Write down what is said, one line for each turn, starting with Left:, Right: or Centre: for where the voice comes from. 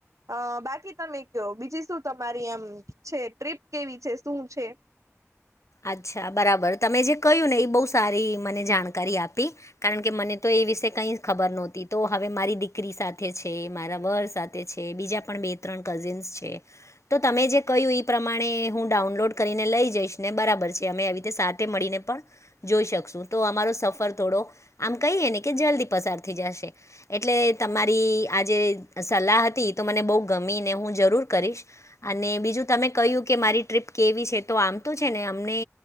Right: અ બાકી તમે કીયો બીજી શું તમારી એમ છે, ટ્રીપ કેવી છે? શું છે?
Left: અચ્છા, બરાબર, તમે જે કહ્યું ને એ બહુ સારી મને જાણકારી આપી. કારણ કે મને તો એ વિશે કઈ ખબર નોહતી તો હવે મારી દીકરી સાથે છે, મારા વર સાથે છે બીજા પણ બે ત્રણ કઝિન્સ છે તો તમે જે કહ્યું એ પ્રમાણે હું ડાઉનલોડ કરીને લઈ જઈશ ને બરાબર છે અમે આવી રીતે સાથે મળીને પણ જોઈ શકશું તો અમારો સફર થોડો આમ કહીએ ને કે જલ્દી પસાર થઈ જશે. એટલે તમારી આજે સલાહ હતી તો મને બહુ ગમી ને હું જરૂર કરીશ‌. અને બીજું તમે કહ્યું કે મારી ટ્રીપ કેવી છે તો આમ તોું છે ને અમને